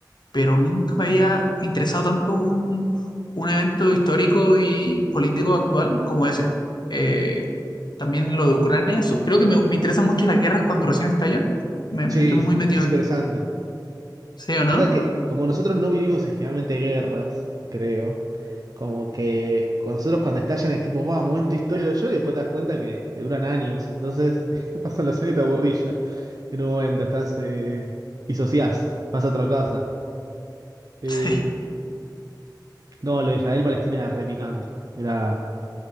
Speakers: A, on the left; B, on the right.
A: pero nunca me había interesado tanto un, un evento histórico y político actual como ese. Eh, también lo de Ucrania. eso- Creo que me, me interesan mucho las guerras cuando recién estallan. Me,
B: sí,
A: me estoy muy metido
B: es
A: en
B: interesante.
A: eso. ¿Sí o
B: Pasa
A: no?
B: que
A: <laughs>
B: como nosotros no vivimos en generalmente guerras, creo, como que con nosotros cuando estallan es tipo, guau, momento histórico de yo, y después te das cuenta que, que duran años, entonces <laughs> pasan los años y te aburrís ya. En un momento estás, eh, disociás, vas a otra casa. Eh,
A: Sí.
B: no, lo de Israel-Palestina era re picante. Era...